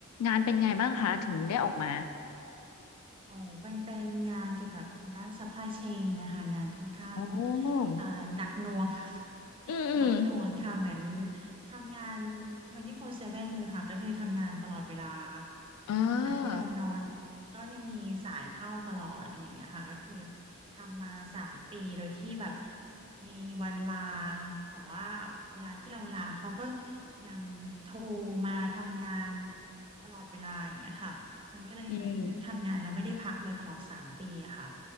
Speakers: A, on the left; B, on the right.
A: งานเป็นไงบ้างคะถึงได้ออกมา
B: อ๋อเป็นเป็นงานเกี่ยวกับทางด้าน supply chain นะคะงานค่อนข้าง
A: โอ้
B: อ่าหนักหน่วง <laughs>
A: อืมอืม
B: หนักหน่วงค่ะเหมือนทำงาน24/7เซเว่นเลยค่ะ ก็คือทำงานตลอดเวลา
A: อ่า
B: ในขณะที่เรานอนก็ยังมีสายเข้าตลอดอะไรอย่างเงี้ยค่ะก็คือทำมาสามปีโดยที่แบบมีวันลา แต่ว่าเวลาที่เราลาเขาก็ยังโทรมาทำงานตลอดเวลาอย่างเงี้ยค่ะ มันก็เลยเหมือนทำงานแล้วไม่ได้พักเลยตลอดสามปีอะค่ะ
A: อืม